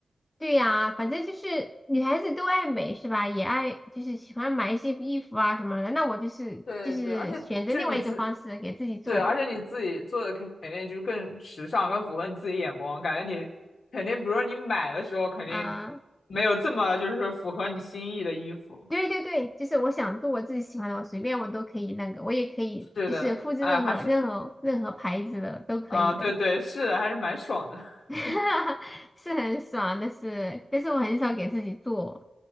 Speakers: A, on the left (about 15°); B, on the left (about 65°).
A: 对呀，反正就是女孩子都爱美是吧？也爱就是喜欢买一些衣服啊什么的。那我就是就是选择另外一种方式给自己做
B: 对对，而且就是你自，对，而且你自己做的肯肯定就是更时尚，更符合你自己眼光，感觉你肯定，比如说你买的时候肯定
A: 啊，
B: 没有这么就是符合你心意的衣服。
A: 对对对，就是我想做我自己喜欢的，我随便我都可以那个，我也可以就是复制任何任何任何牌子的都可以的。
B: 对的，啊，还是，啊，对对，是的，还是蛮爽的。<laughs>
A: <laughs> 是很爽，但是但是我很少给自己做，